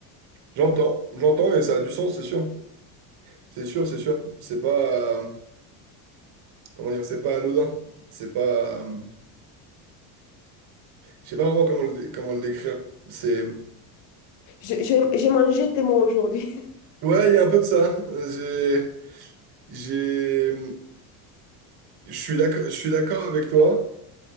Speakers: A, on the right; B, on the left.
A: J'entends. J'entends et ça a du sens, c'est sûr. C'est sûr, c'est sûr. C'est pas... euh, comment dire? C'est pas anodin. C'est pas... euh, je sais pas vraiment comment le, dé- comment le décrire. C'est...
B: J'ai j'ai- j'ai mangé tes mots aujourd'hui.
A: Ouais, il y a un peu de ça. J'ai... J'ai... Je suis d'accord, je suis d'accord avec toi,